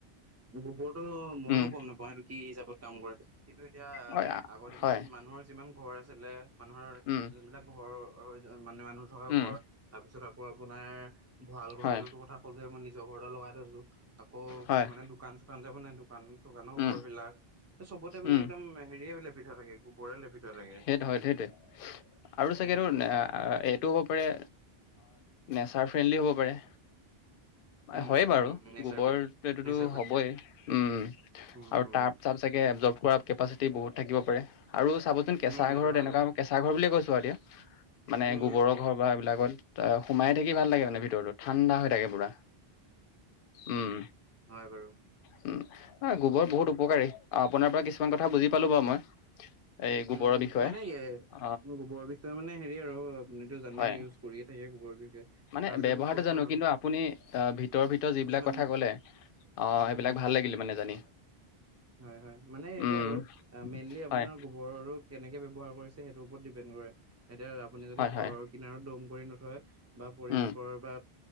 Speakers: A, on the right; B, on the left.
A: গোবৰটো ময়ো
B: উম
A: গ'ম নাপাওঁ সেইটো কি হিচাপত কাম কৰে কিন্তু এতিয়া <unintelligible>
B: হয় আ-
A: আগৰ দিনত
B: হয়
A: মানুহৰ যিমান ঘৰ আছিলে <inaudible> মানুহৰ
B: উম
A: যোনবিলাক ঘৰ <unintelligible> মানে মানুহ থকা
B: উম
A: ঘৰ তাৰপিছত আকৌ আপোনাৰ ভঁৰাল ঘৰতো
B: হয়
A: কথা <unintelligible> সকলোৱে মই নিজৰ ঘৰতে লগাই থৈছো আকৌ
B: হয়
A: কিছুমানে দোকান-চোকান যাব নাই <unintelligible> দোকান-দোকানৰ
B: উম
A: ঘৰবিলাক চবতে মানে
B: উম
A: একদম হেৰিয়ে লেপি থোৱা থাকে, গোবৰে লেপি থোৱা থাকে। <unintelligible>
B: <unintelligible> সেইটো হয় সেইটোৱে আৰু
A: উম
B: চাগেটো আহ <unintelligible> আহ এইটো হ'ব পাৰে, নেচাৰ ফ্ৰেণ্ডলি হ'ব পাৰে।
A: উম
B: হয়ে বাৰু
A: নেচাৰ
B: গোবৰটোতো
A: ফ্ৰেণ্ড নেচাৰ ফ্ৰেণ্ড
B: হ'বই উম
A: উম
B: আৰু তাৰপিছত- চাগে এবজৰ্ কৰা কেপাচিটি বহুত থাকিব পাৰে আৰু চাবচোন কেঁচা
A: উম, সেইটো
B: ঘৰত
A: হয়
B: এনেকুৱা-
A: বাৰু।
B: কেঁচা ঘৰ বুলিয়ে কৈছো আৰু এতিয়া, মানে
A: উম,
B: গোবৰৰ ঘৰ বা এইবিলাকত- অ সোমাই থাকি ভাল
A: উম,
B: লাগে মানে ভিতৰতো ঠাণ্ডা হৈ থাকে পুৰা। উম,
A: হয় বাৰু।
B: উম গোবৰ বহুত উপকাৰী। আপোনাৰ পৰা কিছুমান কথা বুজি পালো বাৰু মই এই-
A: উম
B: গোবৰৰ বিষয়ে
A: মানে ই
B: অ
A: গোবৰৰ বিষয়ে মানে হেৰি আৰু আপুনিতো জানেই-
B: হয়
A: কৰিয়ে থাকে গোবৰ বিষয়ে- তথাপিতো
B: মানে ব্যৱহাৰটো
A: মই কৈছো
B: জানো
A: আৰু
B: কিন্তু আপুনি আহ ভিতৰৰ ভিতৰত যিবিলাক
A: কিছুমান
B: কথা ক'লে- অ
A: উম,
B: এইবিলাক ভাল লাগিলে মানে জানি।
A: হয় হয় মানে এইটো
B: উম
A: আৰু মেইনলি আপোনাৰ-
B: হয়
A: পৰো কেনেকে ব্যৱহাৰ কৰিছে সেইটো ওপৰত ডিপেণ্ড কৰে, এতিয়া- আপুনি যদি
B: হয়
A: ঘৰৰ
B: হয়
A: কিনাৰত দম কৰি নথয় বা পৰিবেশৰ
B: উম
A: বা